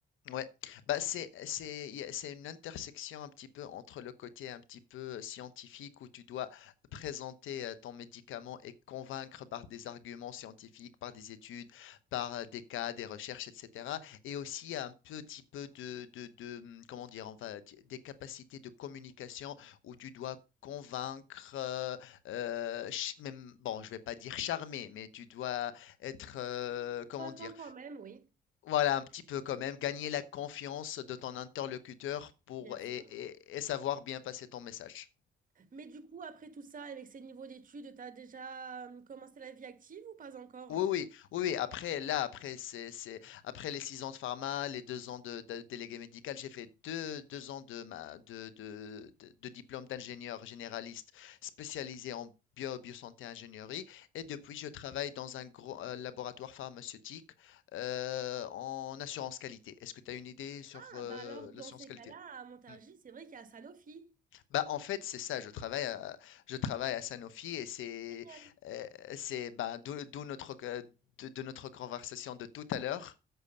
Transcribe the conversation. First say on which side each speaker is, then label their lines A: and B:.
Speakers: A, on the left (about 80°); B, on the right (about 45°).
A: Ouais, bah, c'est c'est y a c'est une intersection un petit peu entre le côté un petit peu scientifique où tu dois présenter euh, ton médicament et convaincre par des arguments scientifiques, par des études, par euh, des cas, des recherches, etc. Et aussi un petit peu de, de, de, hum, comment dire, on va dire, des capacités de communication où tu dois convaincre, euh, euh, ch- même, bon, je vais pas dire charmer, mais tu dois être, euh,
B: Convaincant
A: comment dire,
B: quand même, oui,
A: voilà, un petit peu quand même, gagner la confiance de ton interlocuteur pour
B: bien sûr.
A: et, et- et savoir bien passer ton message.
B: Mais du coup, après tout ça, avec ces niveaux d'études, tu as déjà euh, commencé la vie active ou pas encore?
A: Oui, oui, oui, oui. Après, là, après, c'est, c'est, après les six ans de pharma, les deux ans de, de- délégué médical, j'ai fait deux, deux ans de, ma, de, de, de- de diplôme d'ingénieur généraliste spécialisé en bio, biosanté ingénierie. Et depuis, je travaille dans un gros euh, laboratoire pharmaceutique euh, en assurance qualité. Est-ce que tu as une idée sur
B: Ah,
A: euh,
B: bah alors, dans
A: l'assurance
B: ces
A: qualité?
B: cas-là, à Montargis,
A: Hmm.
B: c'est vrai qu'il y a Sanofi.
A: Bah, en fait, c'est ça, je travaille à, je travaille à Sanofi et c'est,
B: Génial.
A: euh, c'est, bah, d'où d'où notre, euh, de, de notre conversation de tout à l'heure.